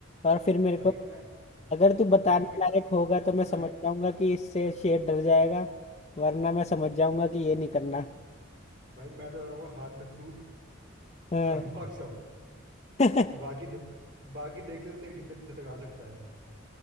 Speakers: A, on the left; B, on the right.
A: और फिर मेरे
B: भाई
A: को
B: मैं
A: अगर तू बताने
B: देख मैं
A: लायक
B: तो
A: होगा तो मैं समझ
B: मैं
A: जाऊंगा कि इससे शेर डर जाएगा वरना मैं समझ जाऊंगा कि ये नहीं करना
B: भाई मैं तो रहूंगा हाथ में थूक
A: हाँ
B: और <laughs> भाग जाऊं
A: <laughs>
B: बाकी दे, बाकी देखते हैं शेर कितने पीछे तक आ सकता है